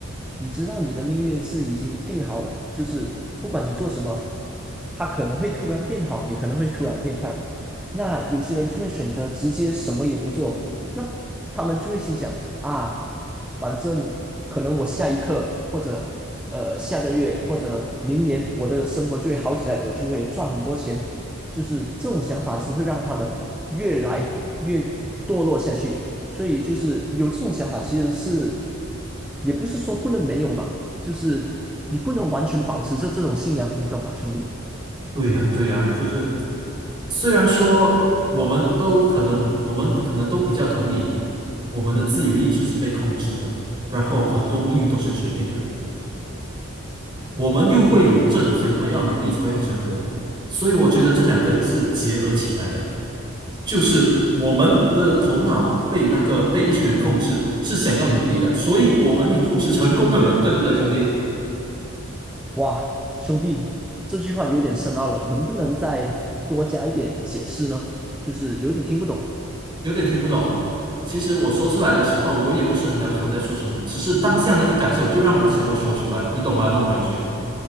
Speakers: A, in the centre; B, on the right.
A: 你知道你的命运是已经定好了，就是不管你做什么，它可能会突然变好，也可能会突然变坏嘛。那有些人就会选择直接什么也不做，那他们就会心想啊，反正可能我下一刻或者呃下个月或者明年我的生活就会好起来，我就会赚很多钱。就是这种想法只会让他们越来越堕落下去。所以就是有这种想法，其实是也不是说不能没有吧，就是你不能完全保持着这种信仰，你懂吧，兄弟？
B: 对呀，对呀，就是虽然说我们都可能，我们可能都比较同意，我们的自由意志是被控制的，然后很多命运都是决定的。
A: 嗯，
B: 我们又会有这种想法，要努力才会有成果。所以我觉得这两个是结合起来的，就是我们的头脑被那个被一群人控制，是想要努力的，所以我们以后是成功的人，对不对，兄弟？
A: 哇，兄弟，这句话有点深奥了，能不能再多加一点解释呢？就是有点听不懂。
B: 有点听不懂。其实我说出来的时候，我也不是很了解我在说什么，只是当下那个感受就让我想要说出来，你懂吧？那种感觉。